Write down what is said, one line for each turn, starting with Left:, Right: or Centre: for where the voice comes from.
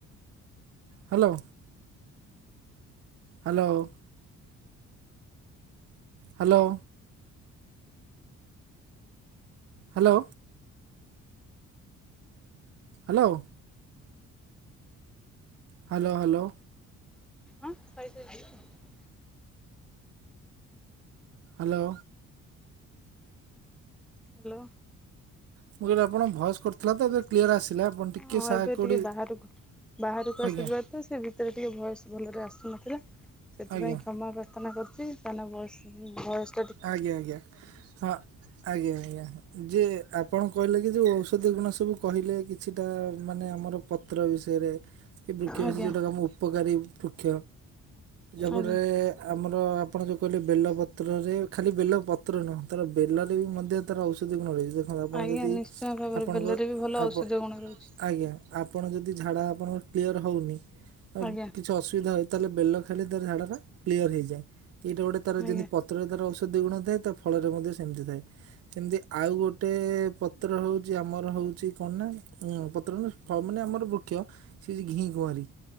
Right: Hello. Hello. Hello. Hello. Hello. Hello hello.
Centre: ହଁ କହିାଇସ ଯାଇ। <unintelligible>
Right: ହ୍ୟାଲୋ।
Centre: ହ୍ୟାଲୋ।
Right: ମୁଁ କହିଲି ଆପଣଙ୍କ ଭଏସ୍ କଟିଥିଲା ଏଵେ କ୍ଲିୟର ଆସିଲା ଆପଣ ଟିକେ
Centre: ହଁ
Right: ସାହା
Centre: ଏବେ
Right: କୋଉଠି
Centre: ଟିକେ ବାହାରକୁ ବାହାରକୁ ଆସିଲି
Right: ଆଜ୍ଞା
Centre: ଭାରିତ ସେ ଭିତ ଭିତରେ ଭଏସ୍ ଟିକିଏ ଭଲରେ ଆସୁନଥିଲା ସେଥିପାଇଁ
Right: ଆଜ୍ଞା
Centre: କ୍ଷମା ପ୍ରାର୍ଥନା କରୁଛି। Voice voice voice.
Right: ଆଜ୍ଞା ଆଜ୍ଞା ହଁ ଆଜ୍ଞା ଆଜ୍ଞା ଯେ ଆପଣ କହିଲେ କି ଯେଉଁ ଔଷଧ ଗୁଣ ସବୁ କହିଲେ କିଛିଟା ମାନେ ଆମର ପତ୍ର ବିଷୟରେ କି ବୃକ୍ଷ
Centre: ଆଜ୍ଞା
Right: ବିଷୟରେ ଯୋଉଟାକୁ ଆମ ଉପକାରୀ। ବୃକ୍ଷ ଯାଫଳରେ
Centre: ଆଜ୍ଞା
Right: ଆମର ଆପଣ ଯେଉଁ କହିଲେ ବେଲପତ୍ରରେ ଖାଲି ବେଲ ପତ୍ର ନୁହଁ ତାର ବେଲରେ ବି ମଧ୍ୟ ତାର ଔଷଧିୟ ଗୁଣ ରହିଛି। ଦେଖନ୍ତୁ ଆପଣ
Centre: ଆଜ୍ଞା
Right: ଯଦି
Centre: ନିଶ୍ଚୟ ଭାବରେ
Right: ଆପଣଙ୍କ
Centre: ବେଲରେ ବି ଭଲ
Right: ଆପଣ
Centre: ଔଷଧୀୟ ଗୁଣ ରହୁଛି
Right: ଆଜ୍ଞା ଆପଣ ଯଦି ଝାଡ଼ା ଆପଣଙ୍କ କ୍ଲିଅର ହେଉନି ଆ
Centre: ଆଜ୍ଞା
Right: କିଛି ଅସୁବିଧା। ତାହାଲେ ବେଲ ଖାଇଲେ ତ ଝାଡା କ୍ଲିୟର୍ ହେଇଯାଏ ଏଇଟା ଗୋଟେ ତାର
Centre: ଆଜ୍ଞା।
Right: ଯେମିତି ପତ୍ର ତାର ଔଷଧିୟ ଔଷଧି ଗୁଣ ଥାଏ ଫଳରେ ମଧ୍ୟ ସେମିତି ଥାଏ। ସେମିତି ଆଉ ଗୋଟେ ପତ୍ର ହେଉଛି ଆମର ହଉଛି କଣ ନା ପତ୍ର ନା। ହଁ ମାନେ ଆମର ବୃକ୍ଷ ସେ ଘି କୁଆଁରୀ।